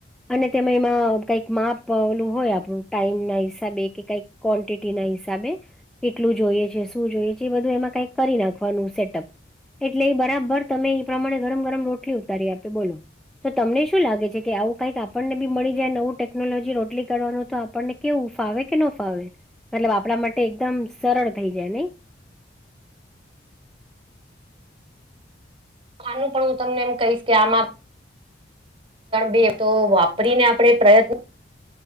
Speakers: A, in the centre; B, on the right.
A: અને તેમે એમાં કઈક માપલું હોય આપ- ટાઈમ ના હિસાબે કે કઈ ક્વોન્ટિટી ના હિસાબે- કેટલું જોઈએ છે શું જોઈએ છે એ બધું એમાં કઈક કરી નાખવાનું સેટઅપ- એટલે એ બરાબર તમે એ પ્રમાણે ગરમ ગરમ રોટલી ઉતારી આપે બોલો- તો તમને શું લાગે છે કે આવું કઈક આપણને બી મળી જાય નવું ટેકનોલોજી રોટલી કરવાનું- તો આપણને કેવું ફાવે કે ન ફાવે મતલબ આપણા માટે એકદમ સરળ થઈ જાય નહી-
B: આનું પણ હું તમને એમ કહીશ કે આમાં- બે તો વાપરીને આપણે પ્રયત્ન-